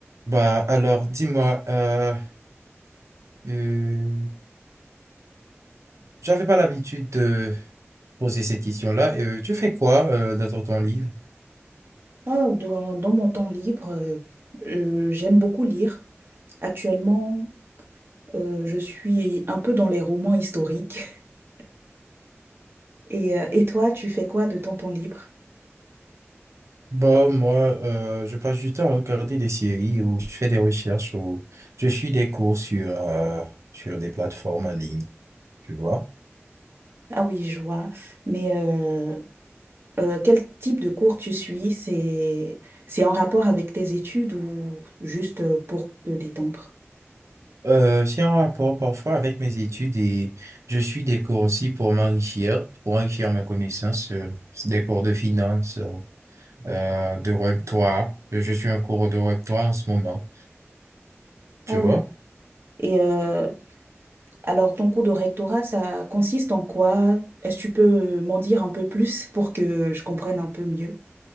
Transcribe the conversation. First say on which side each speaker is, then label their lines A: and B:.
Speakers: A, on the right; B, on the right.
A: Bah alors, dis-moi, euh, euh, j'avais pas l'habitude de poser cette question-là. Euh, tu fais quoi euh, dans ton temps livre?
B: Ah, Dans, dans mon temps libre, euh, euh, j'aime beaucoup lire. Actuellement, euh, je suis un peu dans les romans historiques. <laughs> Et, euh, et toi, tu fais quoi de ton temps libre?
A: Bah moi, euh, je passe du temps à regarder des séries ou je fais des recherches ou je suis des cours sur euh, sur des plateformes en ligne, tu vois.
B: Ah oui, je vois. Mais euh, euh, quel type de cours tu suis? C'est, c'est en rapport avec tes études ou juste euh, pour te détendre?
A: Euh, c'est en rapport parfois avec mes études et je suis des cours aussi pour m'enrichir, pour enrichir mes connaissances, euh, des cours de finance. euh, euh, de Web3. Je suis en cours de Web3 en ce moment, tu
B: Ah
A: vois.
B: oui. Et euh, alors, ton cours de rectorat, ça consiste en quoi? Est-ce que tu peux m'en dire un peu plus pour que je comprenne un peu mieux?